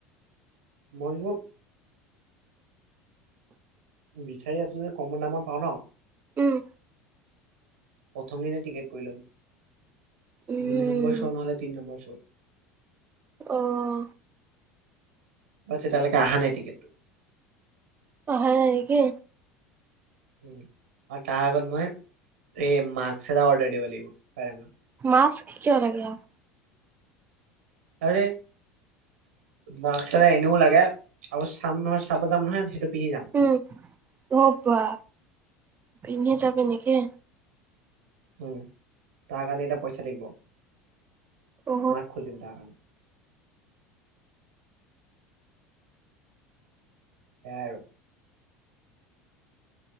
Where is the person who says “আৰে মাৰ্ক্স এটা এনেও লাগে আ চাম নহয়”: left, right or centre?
Right